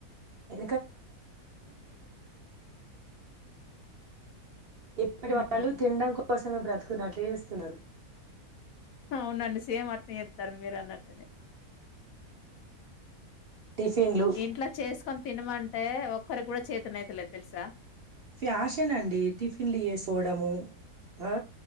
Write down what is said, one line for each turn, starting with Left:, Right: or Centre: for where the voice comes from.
Right: <unintelligible> ఇప్పటి
Left: హుహు.
Right: వాళ్ళు తినడం కోసమే బ్రతుకున్నట్లు చేస్తున్నారు
Left: అవునండి సేమ్ <unintelligible> చేస్తారు మీరు అన్నట్టునే
Right: టిఫిన్లు
Left: ఇంట్లో చేసుకొని తినమంటే ఒక్కరి కూడ చేతన్ అయితలేదు తెలుసా
Right: ఫ్యాషన్ అండి టిఫిన్లు చేసుకోవడం ఆ